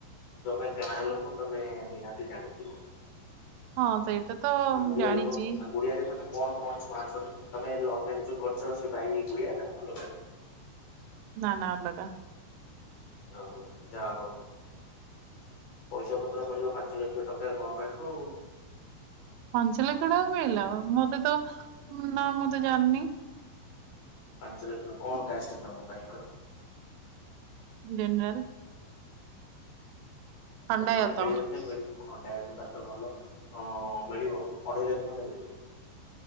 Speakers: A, on the left; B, on the right.
A: ତମେ ଗାଁ ଲୋକ ତମେ ନିହାତି ଜାଣିଥିବ।
B: ହଁ ସେଇଟା ତ
A: ଗୁଡିଆ
B: ମୁଁ ଜାଣିଚି।
A: ଲୋକ ଆଉ ଗୁଡିଆରେ ତମେ କଣ କଣ ଛଣା ଛଣି ତମେ ଲଭ ମ୍ୟାରେଜ ଯୋଉ କରିଛ ସେ ଭାଇ ଗୁଡିଆ ନା ଅଲଗା।
B: ନା ନା ଅଲଗା।
A: ଓ ହୋ ଯାହା ହଉ ପଇସା ପତ୍ର ମିଳିବ। ପାଞ୍ଚ ଲକ୍ଷ ଟଙ୍କା ଗଭର୍ଣ୍ଣମେଣ୍ଟରୁ।
B: ପାଞ୍ଚ ଲକ୍ଷ ଟଙ୍କା ମିଳିଲା ମତେ ତ ନା ମୁଁ ତ ଜାଣିନି।
A: ପାଞ୍ଚ ଲକ୍ଷ କଣ କାଷ୍ଟ ତମ ଭାଇଙ୍କର?
B: ଯେନରାଲ। ଖଣ୍ଡାୟତ
A: ନ ହେଲେ ମିଳିବନି ମିଳିବ ଖଣ୍ଡାୟତଟା ତ ଭଲ ମିଳିବ ଅଢ଼େଇ ଲକ୍ଷ ଖଣ୍ଡେ ମିଳିବ।